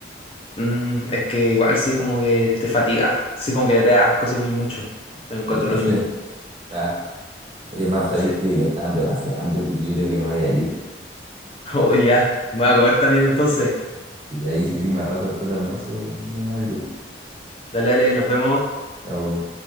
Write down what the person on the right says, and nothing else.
Y
eso
es. taco Oye, más sabéis
que me están demasiado hambre, yo creo que me voy a ir.
Y ahí si queréis más rato después del almuerzo, vemos algo.
Chao.